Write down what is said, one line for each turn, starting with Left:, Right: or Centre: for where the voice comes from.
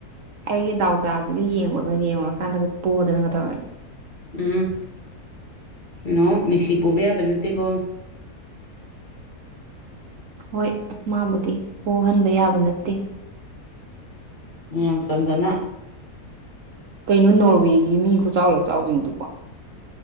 Right: ꯑꯩꯒꯤ ꯗꯥꯎꯗꯥꯁꯤꯒ ꯌꯦꯡꯕꯒ ꯌꯦꯡꯉꯨꯔꯀꯥꯟꯗꯒ ꯄꯣꯗꯅꯒ ꯇꯧꯔꯅꯤ
Left: ꯎꯝ ꯅꯣ ꯅꯨꯡꯁꯤ ꯄꯣꯕ ꯌꯥꯕ ꯅꯠꯇꯦꯀꯣ
Right: ꯍꯣꯏ ꯃꯥꯕꯨꯗꯤ ꯄꯣꯍꯟꯕ ꯌꯥꯕ ꯅꯠꯇꯦ
Left: ꯃꯌꯥꯝ ꯆꯪꯗꯅ
Right: ꯀꯩꯅꯣ ꯅꯣꯔꯋꯦꯒꯤ ꯃꯤ ꯈꯨꯆꯥꯎ ꯂꯛꯆꯥꯎꯁꯤꯡꯗꯨꯕꯣ